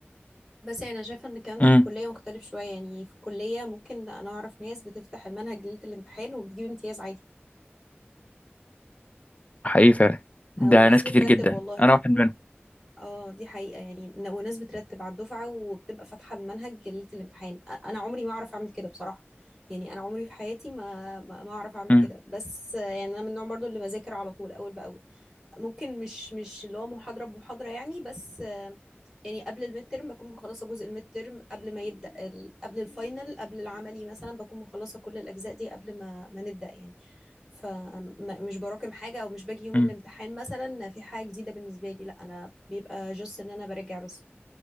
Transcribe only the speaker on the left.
امم
حقيقي فعلا ده
ناس كتير
جدا
انا واحد منهم
امم
امم